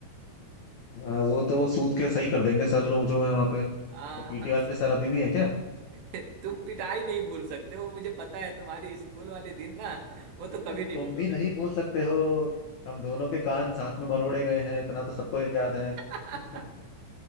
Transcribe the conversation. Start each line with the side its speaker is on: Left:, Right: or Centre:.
Left: हाँ वो तो सूत के सही कर देंगे सर लोग जो है वहाँ पे तो
Right: हाँ
Left: पीटी वाले सर अभी भी हैं क्या
Right: <laughs> तुम पिटाई नहीं भूल सकते वो मुझे पता है तुम्हारी स्कूल वाले दिन ना
Left: अरे,
Right: वो तो कभी नहीं
Left: तुम
Right: भूलोगे
Left: भी नहीं भूल सकते हो हम दोनों के कान साथ में मरोड़े गए हैं इतना तो सबको याद है
Right: तुम
Left: <laughs>
Right: <laughs>